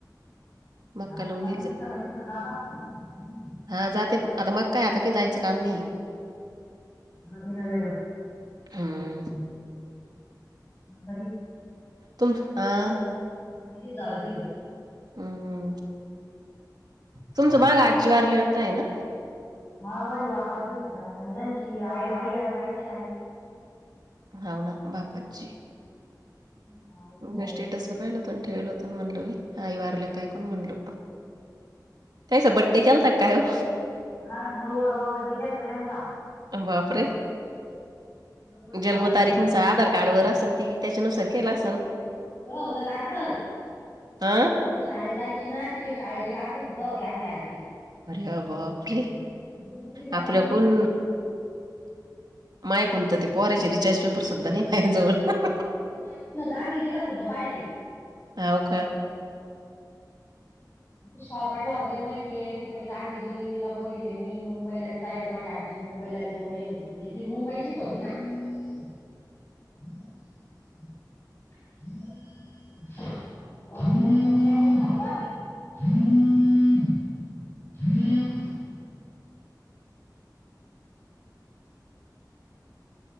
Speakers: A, on the right; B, on the left.
A: मक्का
B: आपण
A: लावून
B: त्या भीती झाल्या तिथं जात असाल
A: <unintelligible>
B: ना मला
A: हा जाते आता मग काय आता क जायचं काम नाही.
B: खानापिना वेगळा?
A: हं,
B: म्हातारी?
A: तुम हह
B: <unintelligible> झालं तिथं.
A: हम्म, तुमच माग आजी वारली वाटत आहे ना?
B: हा माझे बापाजी थे ना आणि यांची आई आई आणि आईची आई.
A: भावना बापाची.
B: यांची आईची
A: तुमच्या
B: आई
A: स्टेटस ला पाहिलं होत ठेवलं म्हणलो बाई आई वारला कायकून म्हणलो त्याचा बड्डे के त काय ओ
B: हा नव्वदांवा बड्डे केलतां त्यांचा
A: बाप रे!
B: नव्वद
A: जन्मतारीख
B: सालची झाली होती.
A: नुसार आधार कार्ड वर असन ती त्याच्यानुसार केला
B: हा
A: असन.
B: मग तिचं सगळं होतं कागद ती
A: हा
B: शाळेत जायची ना तिचे शाळेचे कागद सुद्धा होते. आमच्या आजीचे
A: अरया बाप रे!
B: म्हणून तिची तारीख
A: आपल्या
B: माहितीये
A: कोण मायाकुंन त ते पोराचे रिचार्ज पेपर सुुद्धा नायी माया जवळ
B: नाही ना तिला गांधीजीला सुद्धा पाहिलय.
A: हाव का?
B: दुष्काळ पडला होता ते माहितेय. ती म्हणे गांधीजीला बघेले मी मुंबईला बी जाईल माझ्या आजी मुंबईला बी जाऊन यायलो ती म्हणजे ती मुंबईचीच होती ना.
A: <inaudible>
B: <inaudible> <inaudible> <inaudible>